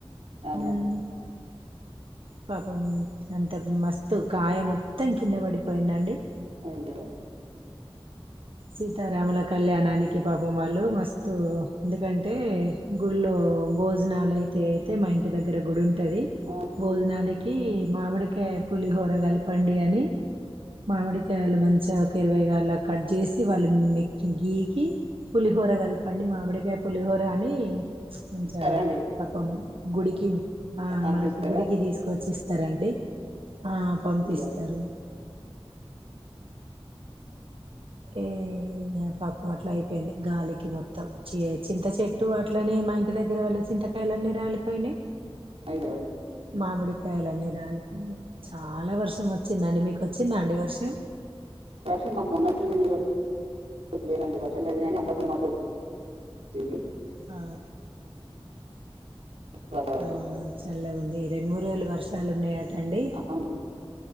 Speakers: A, on the right; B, on the right.
A: అవును
B: ఉమ్, పాపం అంతకు మస్తు కాయ మొత్తం కింద పడిపోయిందండి.
A: అయ్యో
B: సీతారాముల కళ్యాణానికి పాపం వాళ్ళు మస్తు ఎందుకంటే గుడ్ లో భోజనలైతే అయితే మా ఇంటి దగ్గర గుడిం టది
A: ఆ,
B: బోజనానిక్ కి మామిడికాయ పులిహోర కలపండి అని మామిడికాయలు మంచిగా ఒక ఇరవైగాల కట్ చేసి. వాళ్ళు మెక్ గీకి పులిహోర కలపండి మామిడికాయ పులిహోరా అనీ? మంచిగా
A: ఇస్తారా అండి
B: పాపం గుడికి ఆ
A: పంపిస్తారా
B: మనకు గుడికి తీసుకొచ్చి ఇస్తారండి ఆ పంపిస్తారు.
A: అయ్యో అఓ
B: ఏ ఆ పప్పు అట్ల అయిపోయింది గాలికి మొత్తం చేద్ చింతచెట్టు అట్లనే మై ఇంటి దగ్గర వాళ్ళ చింతకాయలన్ని రాలిపోయినయి.
A: అగో
B: మామిడికాయలన్నీ రాలిపోనై చాలా వర్షం వచ్చిందండి మీకు వ చిందండి వర్షం
A: వషన్ మాకు మొన్న వచ్చింది కాని ఈరోజు లేనండి వర్షన్ కానీ అప్పుడప్పుడు మబ్బు ఐతుంది
B: ఆ
A: వాతావరణం
B: ఆ చల్లగుంది రెండు మూడు రోజులు వర్షాలు ఉన్నాయాట అండి
A: అవునా